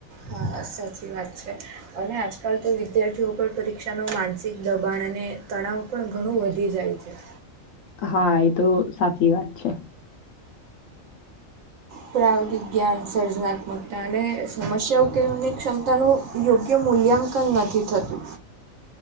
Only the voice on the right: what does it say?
હા સાચી વાત છે. અને આજકાલ તો વિદ્યાર્થીઓ પર પરીક્ષાનો માનસિક, દબાણ અને તણાવ પણ ઘણું વધી જાય છે.
પ્રાયોગિક જ્ઞાન, સર્જનાત્મકતા અને સમસ્યા યેયું કે મની ક્ષમતાનું યોગ્ય મૂલ્યાંકન નથી થતું.